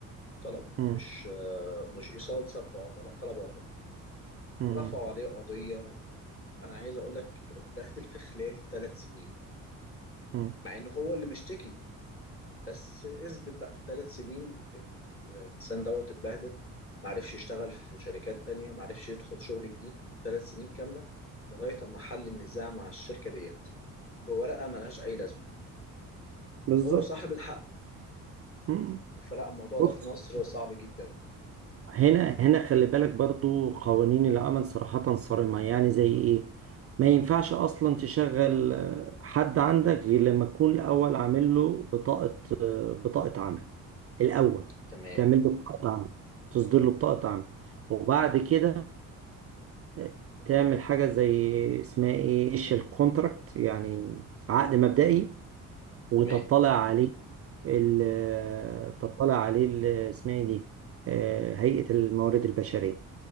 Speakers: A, on the left; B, on the right.
A: طلب
B: م،
A: مش آه، مش إيصال صرف عهدة لا طلب عهدة
B: م،
A: ورفعوا عليه قضية انا عايز اقول لك اتبهدل في خلال ثلاث سنين
B: م.
A: مع ان هو اللي مشتكي بس اثبت بقى ثلاث سنين الانسان دوت اتبهدل معرفش يشتغل في شركات تانية معرفش يدخل شغل جديد ثلاث سنين كاملة لغاية اما حل النزاع مع الشركة ديت بورقة ملهاش اي لازمة
B: بالظبط
A: وهو صاحب الحق
B: مم.
A: فلا الموضوع
B: بص
A: ده في مصر صعب جدا
B: هنا هنا خلي بالك برضو قوانين العمل صراحة صارمة يعني زي ايه ما ينفعش اصلا تشغل آه، حد عندك غير لما تكون الاول عامل له بطاقة آه، بطاقة عمل الاول
A: تمام
B: تعمل له بطاقة عمل تصدر له بطاقة عمل وبعد كده آه، تعمل حاجة زي اسمها ايه ايش الكونتراكت يعني عقد مبدئي وتطلع
A: تمام
B: عليه ال- آه، تطلع عليه ال- آه، اسمها ايه دي آه، هيئة الموارد البشرية